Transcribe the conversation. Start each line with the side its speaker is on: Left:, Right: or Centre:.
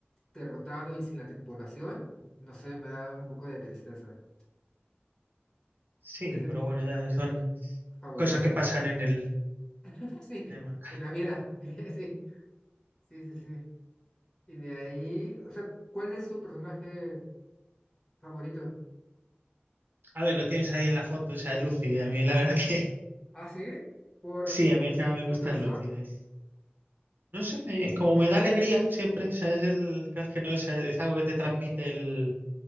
Left: derrotado y sin la tripulación, no sé, me da un poco de tristeza.
Right: Sí,
Left: Es de
Right: pero
Left: mis
Right: bueno,
Left: personajes
Right: ya son
Left: favoritos.
Right: cosas que pasan en el,
Left: <laughs> Sí,
Right: en el manga.
Left: en la vida. <laughs> Sí, sí, sí, sí. Y de ahí, o sea, ¿cuál es tu personaje favorito?
Right: A ver, lo tienes ahí en la foto, o sea, el Luffy. A mí, la verdad que <laughs>
Left: Ah, sí, por
Right: sí, a mí ya me
Left: alguna
Right: gusta
Left: razón.
Right: el Luffy. de- No sé, me, como me da alegría siempre, o sea, es el crack que
Left: Interesante.
Right: no, o sea, es algo que te transmite el,